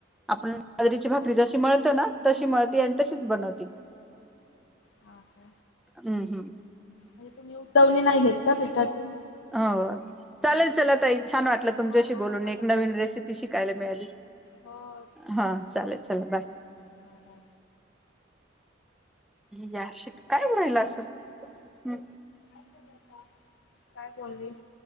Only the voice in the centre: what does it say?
आपण बाजरीची भाकरी जशी मिळतो ना तशी मळती आणि तशीच बनवती.
हम्म हम्म.
हो चालेल चला ताई, छान वाटलं तुमच्याशी
बोलून
एक नवीन रेसिपी शिकायला मिळाली.
हा चालेल चला बाय.
या शिट का होऊ राहीलं असं?